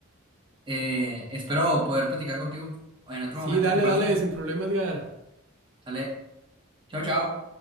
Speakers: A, on the right; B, on the right.
A: Eh, espero poder platicar contigo en otro momento,
B: Sí, dale,
A: ¿te parece?
B: dale, sin problema, Edgar.
A: Sale, chao, chao.